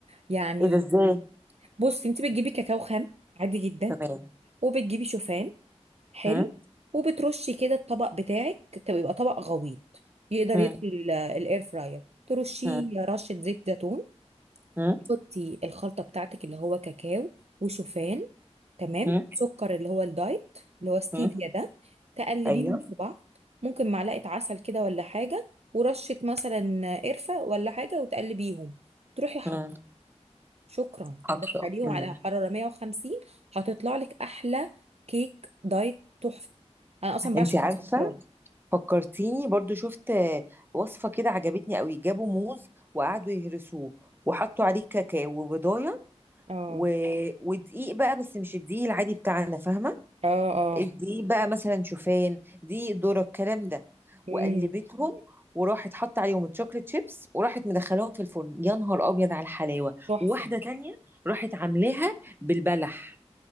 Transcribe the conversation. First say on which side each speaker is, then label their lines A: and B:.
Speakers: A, on the right (about 65°); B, on the right (about 20°).
A: يعني
B: ده ازاي
A: بصي انت بتجيبي كاكاو خام عادي جدا
B: تمام
A: وبتجيبي شوفان حلو
B: هم؟
A: وبترشي كده الطبق بتاعك تبقى- يبقى طبق غويط يقدر
B: هم؟
A: يدخل ال- الاير فراير ترشيه
B: هم؟
A: رشه زيت زيتون
B: هم؟
A: تحطي الخلطه بتاعتك اللي هو كاكاو وشوفان تمام
B: هم؟
A: سكر اللي هو الدايت اللي هو ستيفيا
B: هم؟
A: ده تقلبيهم
B: ايوه
A: في بعض ممكن معلقة عسل كده ولا حاجة ورشة مثلا قرفة ولا حاجة وتقلبيهم تروحي حط
B: هم.
A: شكرا
B: حاطه
A: تدخليهم
B: هم.
A: على حرارة 150 هتطلع لك أحلى كيك دايت تحفة أنا أصلا بعشق
B: انتي عارفه
A: المسكرات
B: فكرتيني برضو شفت آه، وصفة كده عجبتني قوي جابوا موز وقعدوا يهرسوه وحطوا عليه كاكاو وبضاية
A: اه
B: و... ودقيق بقى بس مش الدقيق العادي بتاعنا فاهمة
A: اه اه
B: الدقيق بقى مثلا شوفان دقيق ذرة الكلام ده
A: امم
B: وقلبتهم وراحت حط عليهم الشوكليت شيبس وراحت مدخلاهم في الفرن يا نهار ابيض على الحلاوة
A: تحفة
B: وواحدة تانية راحت عاملاها بالبلح